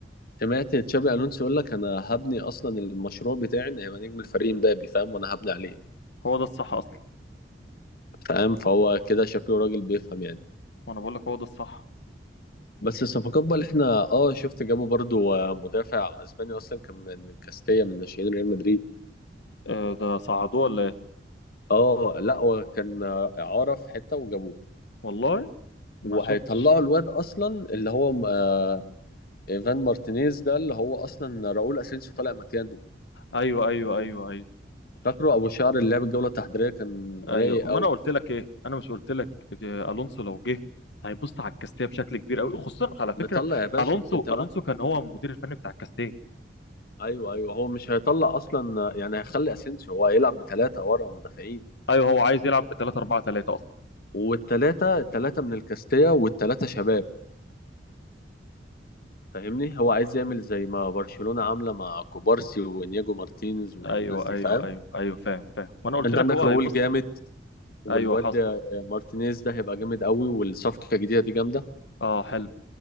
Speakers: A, on the left; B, on the left.
A: سمعت تشابي الونسو يقول لك انا هبني اصلا المشروع بتاعي ان هيبقى نجم الفريق مبابي فاهم وانا هبني عليه
B: هو ده الصح اصلا
A: فاهم فهو كده شكله راجل بيفهم يعني
B: وانا بقول لك هو ده الصح
A: بس الصفقات بقى اللي احنا اه شفت جابوا برضو آه، مدافع اسباني اصلا كان من كاستيا من ناشئين ريال مدريد
B: آه ده صعدوه ولا ايه
A: اه لا هو كان آه، اعاره في حته وجابوه
B: والله ما
A: وهيطلعوا
B: شفتش
A: الواد اصلا اللي هو آه ايفان مارتينيز ده اللي هو اصلا راؤول اسينسيو طالع مكانه
B: ايوه ايوه ايوه ايوه
A: فاكره ابو شعر اللي لعب الجوله التحضيريه كان
B: ايوه
A: رايق
B: وما
A: قوي
B: انا قلت لك ايه انا مش قلت لك آه، الونسو لو جه هيبص على الكاستيه بشكل كبير قوي خصوصا على
A: مطلع
B: فكره
A: يا باشا
B: الونسو
A: انت
B: الونسو كان هو المدير الفني بتاع الكاستيه
A: ايوه ايوه هو مش هيطلع اصلا يعني هيخلي اسينسيو هو هيلعب بثلاثه ورا مدافعين
B: ايوه هو عايز يلعب ب 3 4 3 اصلا
A: والثلاثه الثلاثه من الكاستيا والثلاثه شباب فاهمني هو عايز يعمل زي ما برشلونه عامله مع كوبارسي وانياجو مارتينيز والناس
B: ايوه
A: دي
B: ايوه
A: فاهم
B: ايوه ايوه فاهم فاهم ما انا قلت
A: انت
B: لك
A: عندك
B: هو
A: راؤول
B: هيبص
A: جامد والواد
B: ايوه حصل
A: مارتينيز ده هيبقى جامد قوي والصفقه الجديده دي جامده
B: اه حلو